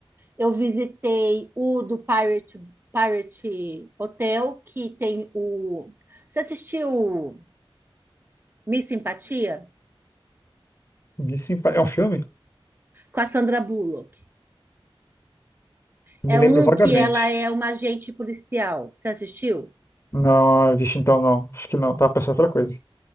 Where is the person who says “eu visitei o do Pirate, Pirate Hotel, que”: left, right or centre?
Right